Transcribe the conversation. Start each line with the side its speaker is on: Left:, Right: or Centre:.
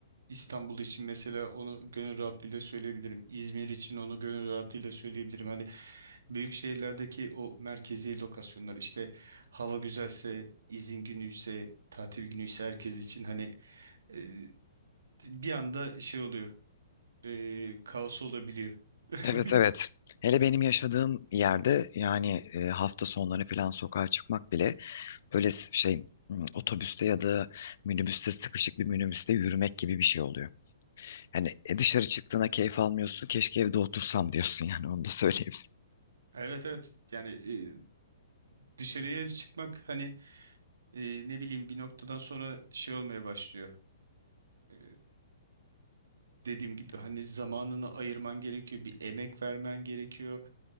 Right: İstanbul için mesela onu gönül rahatlığıyla söyleyebilirim. İzmir için onu gönül rahatlığıyla söyleyebilirim. Hani büyük şehirlerdeki o merkezi lokasyonlar işte hava güzelse, izin günüyse, tatil günüyse herkes için hani e, bir anda şey oluyor. E, kaos olabiliyor. <laughs>
Left: Evet evet. Hele benim yaşadığım yerde yani e, hafta sonları falan sokağa çıkmak bile böyle s- şey hmm, otobüste ya da minibüste sıkışık bir minibüste yürümek gibi bir şey oluyor. Hani e, dışarı çıktığına keyif almıyorsun. Keşke evde otursam <laughs> diyorsun yani onu da söyleyeyim.
Right: Evet evet yani e, dışarıya çıkmak hani e, ne bileyim bir noktadan sonra şey olmaya başlıyor. E, dediğim gibi hani zamanını ayırman gerekiyor, bir emek vermen gerekiyor.